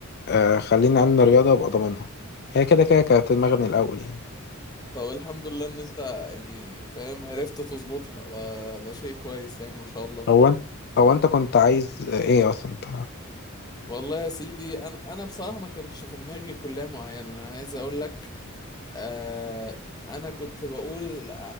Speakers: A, on the left; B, on the left.
A: آه خليني علم رياضة وأبقى ضامنها هي كده كده كانت في دماغي من الأول يعني
B: طب الحمد لله ان انت يعني فاهم عرفت تظبطها ده ده شيء كويس يعني ما شاء الله
A: هو أنت هو أنت كنت عايز آه، إيه أصلا أنت
B: والله يا سيدي انا انا بصراحه ما كانش في دماغي كليه معينه انا عايز اقول لك آه انا كنت بقول آه،